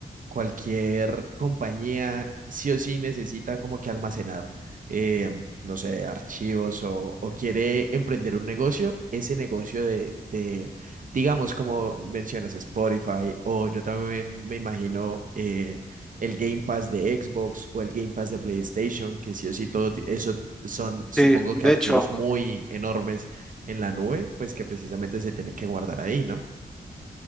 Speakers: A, on the right; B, in the centre.
A: cualquier compañía sí o sí necesita como que almacenar, eh, no sé, archivos o, o quiere emprender un negocio, ese negocio de, de, digamos, como mencionas Spotify o yo también me imagino... eh, el Game Pass de Xbox o el Game Pass de PlayStation, que sí o sí todo eso son, supongo
B: Sí, de
A: que archivos
B: hecho,
A: muy enormes en la nube, pues que precisamente se tienen que guardar ahí, ¿no?